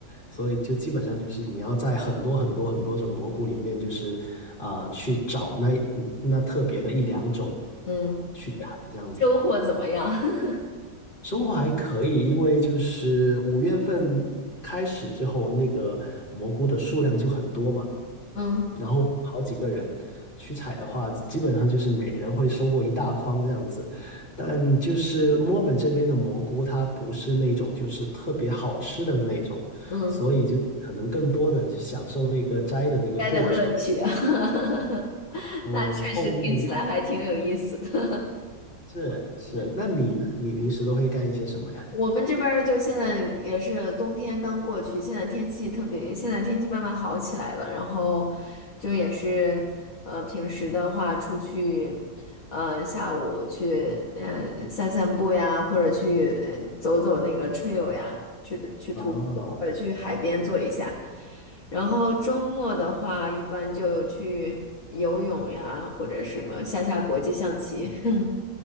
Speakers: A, on the left (about 30°); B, on the left (about 55°).
A: 所以就基本上就是你要在很多很多很多种蘑菇里面，就是啊、呃去找那那特别的一两种
B: 嗯，
A: 去采这样子。
B: 收获怎么样？<laughs>
A: 收获还可以，因为就是五月份开始之后，那个蘑菇的数量就很多嘛。
B: 嗯
A: 然后好几个人去采的话，基本上就是每人会收获一大筐这样子。但就是墨尔本这边的蘑菇，它不是那种就是特别好吃的那种，
B: 嗯，
A: 所以就可能更多的享受那个摘的那个过程。
B: 该的乐趣啊，<laughs>
A: 哦，
B: 那确实听起来还挺有意思的。
A: 后面是是，
B: <laughs> 嗯。
A: 那你呢？你平时都会干一些什么呀？
B: 我们这边儿就现在也是冬天刚过去，现在天气特别，现在天气慢慢好起来了，然后就也是，呃，平时的话出去，呃，下午去，呃，散散步呀，或者去，呃走走那个 trail 呀，去的去徒步，
A: 哦
B: 或者去海边坐一下。然后周末的话，一般就去游泳呀，或者什么下下国际象棋。<laughs>